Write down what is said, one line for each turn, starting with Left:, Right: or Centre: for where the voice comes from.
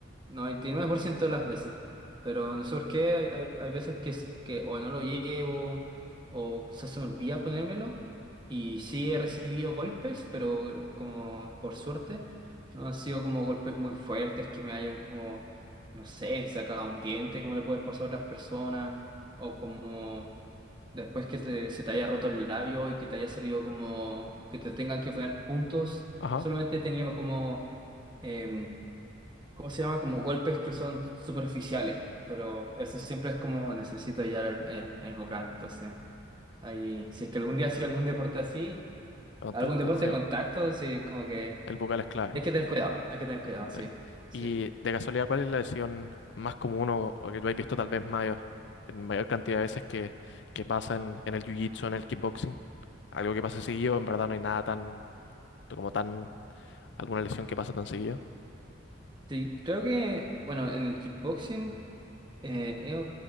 Right: 99% de las veces, pero no sé por qué, hay, hay- hay veces que, es- que o no lo llevo o quizás se me olvida ponérmelo y sí he recibido golpes, pero como por suerte no han sido como golpes muy fuertes que me hayan como, no sé, sacado un diente como le puede pasar a otras personas o como... Después que te- se te haya roto el labio y que te haya salido como que te tengan que poner puntos,
Left: Ajá,
Right: solamente he tenido como, em, ¿cómo se llama? Como golpes que son superficiales, pero eso siempre es como necesito ya el, el, el vocal. Entonces, ahí, si es que algún día hacía algún deporte así,
Left: aguanta
Right: algún
Left: esta,
Right: deporte
Left: sí,
Right: de contacto, sí, como que
Left: el bucal es clave.
Right: hay que tener cuidado, hay que tener cuidado, sí,
Left: sí.
Right: sí.
Left: Y de casualidad, ¿cuál es la lesión más común o, o que tú has visto tal vez mayor, en mayor cantidad de veces que, que pasa en, en el jiu-jitsu, en el kickboxing? Algo que pasa seguido, en verdad no hay nada tan, como tan, alguna lesión que pasa tan seguida.
Right: Sí, creo que, bueno, en el kickboxing eh, es